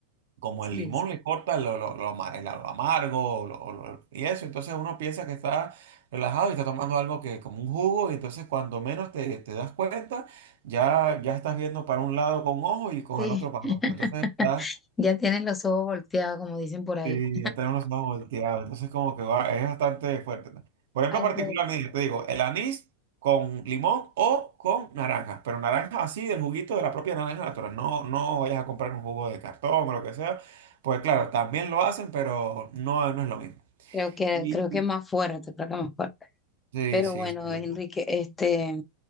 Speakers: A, on the right; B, on the left.
A: como
B: Sí,
A: el limón
B: sí.
A: le corta lo, lo- lo ama- el- lo amargo lo- lo- y eso, entonces uno piensa que está relajado y está tomando algo que como un jugo y entonces cuando menos te, te das cuenta ya, ya estás viendo para un lado con un ojo y con
B: Sí.
A: el otro para
B: <laughs>
A: otro. Entonces estás
B: Ya tienes los ojos volteados, como dicen por ahí.
A: Sí, ya tenemos más volteado, entonces como que va- es bastante fuerte. ¿no? Por ejemplo,
B: Algo,
A: particularmente, te digo, el anís con limón o con naranja, pero naranja así, del juguito de la propia naranja natural, no, no vayas a comprar un jugo de cartón o lo que sea, pues claro, también lo hacen, pero no, no es lo mismo.
B: creo que,
A: Y-
B: creo que más fuerte, creo que más fuerte.
A: Sí,
B: Pero
A: sí,
B: bueno,
A: sí,
B: Enrique, este,